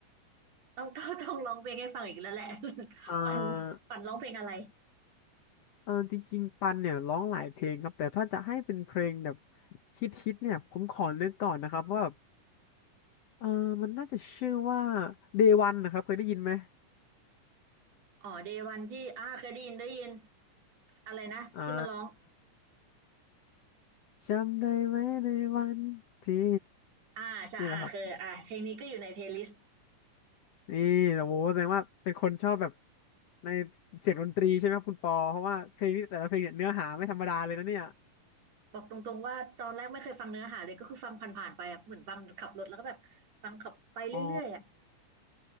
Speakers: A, on the right; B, on the left.
A: ต้องต้องต้องร้องเพลงให้ฟังอีกแล้วแหละ <laughs>
B: เอ่า
A: ปันปันร้องเพลงอะไร
B: เออจริงๆปันเนี่ยร้องหลายเพลงครับแต่ถ้าจะให้เป็นเพลงแบบฮิตๆเนี่ยผมขอนึกก่อนนะครับว่า เออมันน่าจะชื่อว่า Day One นะครับเคยได้ยินไหม
A: อ๋อเดวันที่อ่าเคยได้ยินได้ยินอะไรนะที่มันร้อง
B: อ่าจำได้ไหมในวันที่
A: อ่าใช่อ่าเคยอ่าเพลงนี้ก็อยู่ในเพลย์ลิสต์
B: นี่นะครับนี่โอ้โหแสดงว่าเป็นคนชอบแบบในเสียงดนตรีใช่ไหมครับคุณปอเพราะว่าเพลงนี้แต่ละเพลงเนี่ยเนื้อหาไม่ธรรมดาเลยนะเนี่ย
A: บอกตรงๆว่าตอนแรกไม่เคยฟังเนื้อหาเลยก็คือฟังผ่านๆไปอะเหมือนฟังขับรถแล้วก็แบบฟังขับไปเรื่อยๆอะ
B: อ๋อ